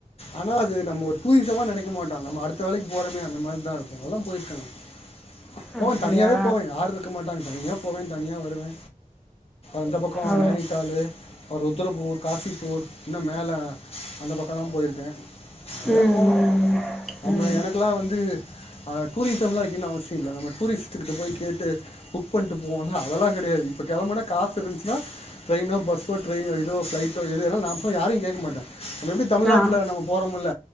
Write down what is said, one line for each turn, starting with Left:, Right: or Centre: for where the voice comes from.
Left: ஆனா அது நம்ம ஒரு டுரிசமா நெனைக்க மாட்டோ நம்ம அடுத்த வேலைக்கு போறோமே அந்த மார்தா இருக்கூ அதெல்லா போயிருக்க நானு போவே
Centre: அப்டியா
Left: தனியாவே போவே யாரும் இருக்க மாட்டாங்க தனியா போவே தனியா வருவே அந்த பக்கொ
Centre: ஓ
Left: நவிட்டாளு அப்புறம் ருத்ரப்பூர் காசிப்பூர் இன்னும் மேல அந்த பக்கொ எல்லாம் போயிருக்கேன் அப்டியே
Centre: ம்
Left: போவேன்
Centre: ம்
Left: நம்ம
Centre: ம்
Left: எனக்கெல்லாம் வந்து அ டூரிசம் எலாம் வைக்கனும் அவசியம் இலை நம்ம டூரிஸ்டு கிட்ட போய் கேட்டு புக் பண்ணிட்டு போவோம்ன்னு அதெல்லாம் கெடையாது இப்ப கிழம்புனா காசு இருந் ச்சுனா ட்ரெயின்னோ பஸ்ஸோ ட்ரெய் இதோ ஃப்ளைட்டோ எது வேணும் நா போய் யாரையும் கேட்க மாட்டேன் எப்டி தமிழ்நாட்டுல
Centre: ஆ
Left: நம்ம போறோம் முள்ள